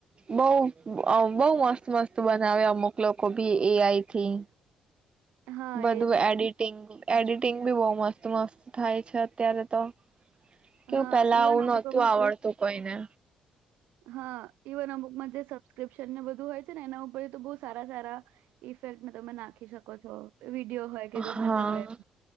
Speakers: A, on the right; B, on the right.
A: બઉ અ બોઉ મસ્ત મસ્ત બનાવે અમુક લોકો ભી એઆઈથી
B: હા
A: બધું
B: એજ
A: એડિટિંગ
B: ને
A: એડિટિંગ બી બહુ મસ્ત મસ્ત થાય છે અત્યારે તો કેવું
B: હા
A: પેલા
B: ઇવન
A: આવું
B: અમુક
A: નોતું
B: અમુક
A: આવડતું હોઈને
B: હા ઇવન અમુકમાં જે સબસ્ક્રિપ્શન ને બધું હોય ને એના ઉપર તો બહ સારા સારા ઇફેક્ટ તમે નાખી શકો છો વિડીયો હોય કે
A: હા,
B: ગમે તે હોય